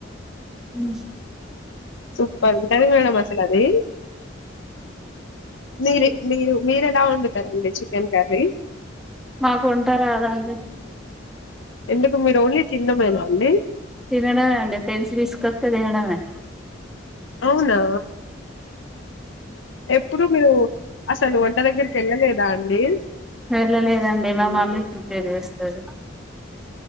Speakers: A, in the centre; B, on the left.
A: <inaudible>
B: సూపరుంటది మేడం అసలది మీరు మీరు మీర ఎట్లా వండుతారండి చికెన్ కర్రీ
A: మాకు వంట రాదండి
B: ఎందుకు మీరు ఓన్లీ తినడమేనా అండి
A: తినడమే అండి ఫ్రెండ్స్ తీసుకొస్తే తినడమే
B: అవునా ఎప్పుడు మీరు అసలు వంట దగ్గరికి వెళ్ళలేదా అండి
A: వెళ్ళలేదండి మా మమ్మీ ప్రిపేర్ చేస్తది